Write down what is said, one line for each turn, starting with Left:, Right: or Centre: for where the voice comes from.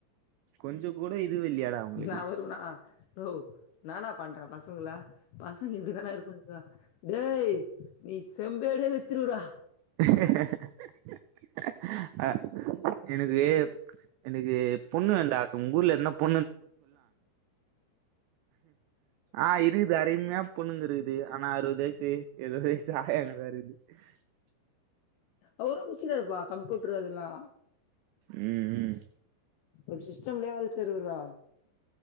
Right: கொஞ்சோ கூட இது இல்லையாடா உங்களுக்கு
Left: நாவருவனா நோவ் என்னான்னா பண்ற பசங்கள பசங்க இப்டிதானா இருப்ப <inaudible> தா ஏய் நீ செம்பெரியே வித்ருவடா
Right: <unintelligible> <unintelligible> அ எனக்கு எனக்கு பொண்ணு வேண்டாக் உங்க ஊர்ல என்னப் ஆ இருக்குதுடா அர்மையா பொண்ணுங்க இருக்குது ஆனா அறுபது வயசு எழுவது வயசு ஆயாங்தா இருக்குது ச
Left: அவரு முச்சிக்கிராருப்பா கம்ப்யூட்டரு அதுல்லா
Right: உம் உம்
Left: ஒரு சிஸ்டம்லே வேல செரி உடுரா